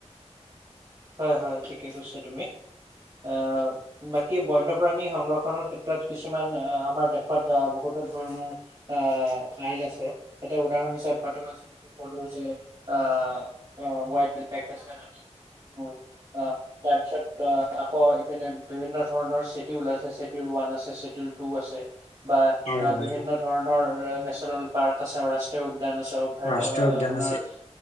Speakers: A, on the right; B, on the left.
A: হয়, হয়, ঠিকে কৈছা তুমি, আ, বাকী বন্যপ্ৰাণী সংৰক্ষণৰ ক্ষেত্ৰত কিছুমান আমাৰ দেশত বহুতো ধৰণৰ আহ আইন আছে এটা উদাহৰণ হৈছে আমাৰ তোমাক যেনেকে কলো যে অ' ওৱাইল্ড <unintelligible> তাৰ পিছত অ' আকৌ ইপিনে বিভিন্ন ধৰণৰ ছেটিউল আছে ছেটিউল ওৱান আছে ছেটিউল টু আছে বা
B: হয় হয়
A: বিভিন্ন ধৰণৰ নেচনেল পাৰ্ক আছে ৰাষ্ট্ৰীয় উ উ্যান আছে অভয়
B: ৰাষ্ট্ৰীয় উদ্যান
A: আপোনাৰ
B: আছে